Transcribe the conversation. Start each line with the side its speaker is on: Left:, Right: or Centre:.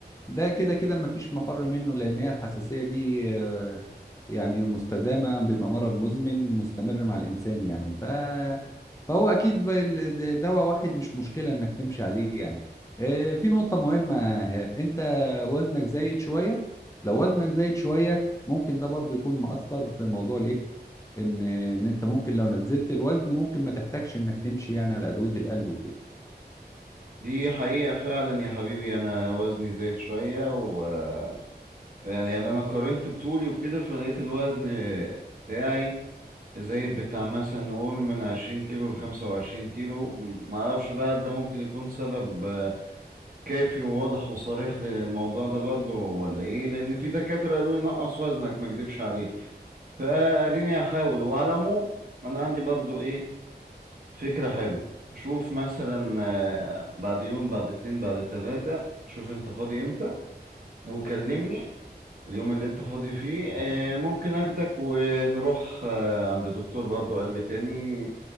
Left: ده كده كده مفيش مفر منه لان هي الحساسيه دي آه، يعني مستدامه بيبقى مرض مزمن مستمر مع الانسان يعني ف فهو اكيد ب- ال- د- دواء واحد مش مشكله انك تمشي عليه يعني آه، في نقطه مهمه يا هاب انت وزنك زايد شويه لو وزنك زايد شويه ممكن ده برضو يكون مؤثر في موضوع الايه ان ان انت ممكن لو نزلت الوزن ممكن ما تحتاجش انك تمشي يعني على ادويه القلب وكده
Right: دي حقيقة فعلا يا حبيبي انا وزني زايد شوية و آه، يعني يعني انا قارنت بطولي وكده فلقيت الوزن بتاعي زايد بتاع مثلا نقول من 20 كيلو لخمسة وعشرين كيلو معرفش بقى هل ده ممكن يكون سبب كافي وواضح وصريح للموضوع ده برضه ولا ايه لان في دكاترة قالوا لي نقص وزنك ما اكدبش عليك فاديني هحاول وعلى العموم انا عندي برضه ايه فكرة حلوة شوف مثلا آه، بعد يوم بعد اتنين بعد تلاتة شوف انت فاضي امتى وكلمني اليوم اللي انت فاضي فيه آه، ممكن اخدك ونروح آه، عند دكتور برضه قلب تاني